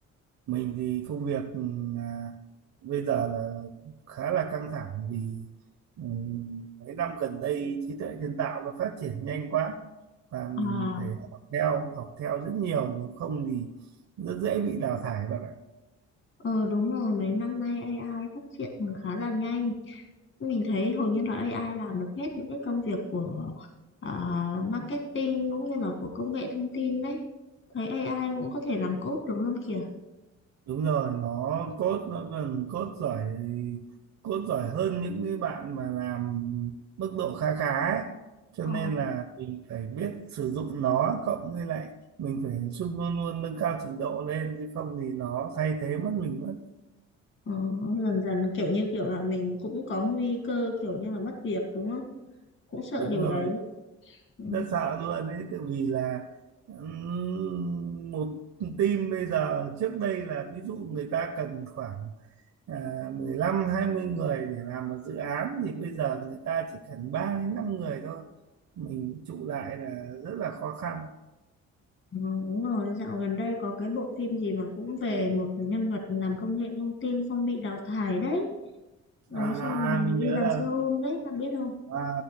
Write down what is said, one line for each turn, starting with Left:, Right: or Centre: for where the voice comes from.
Right: mình thì công việc ừ, à, bây giờ là khá là căng thẳng vì ừ, mấy năm gần đây trí tuệ nhân tạo nó phát triển nhanh quá và
Left: À,
Right: mình phải học theo học theo rất nhiều nếu không thì rất dễ bị đào thải bạn ạ
Left: ờ đúng rồi, mấy năm nay AI phát triển khá là nhanh. Mình thấy hầu như là AI làm được hết những cái công việc của à, marketing cũng như là của công nghệ thông tin đấy. Thấy AI cũng có thể làm code được luôn kìa.
Right: đúng rồi nó code nó còn code giỏi code giỏi hơn những cái bạn mà làm mức độ khá khá ấy. cho
Left: Ờ,
Right: nên là mình phải biết sử dụng nó cộng với lại mình phải su- luôn luôn nâng cao trình độ lên chứ không thì nó thay thế mất mình mất
Left: ờ, dần dần kiểu như kiểu là mình cũng có nguy cơ kiểu như là mất việc đúng không? Cũng sợ
Right: đúng
Left: điều
Right: rồi
Left: đấy. Ừ,
Right: rất sợ luôn ấy tại vì là ừm, một team bây giờ trước đây là ví dụ người ta cần khoảng à, mười lăm hai mươi người để làm một dự án thì bây giờ người ta chỉ cần 3 đến 5 người thôi mình trụ lại là rất là khó khăn
Left: ừ, đúng rồi, dạo gần đây có cái bộ phim gì mà cũng về một nhân vật làm công nghệ thông tin xong bị đào thải đấy. Đấy
Right: à,
Left: xong rồi
Right: à, à mình
Left: đi
Right: nhớ
Left: làm
Right: rồi
Left: xe ôm đấy bạn biết không?
Right: à,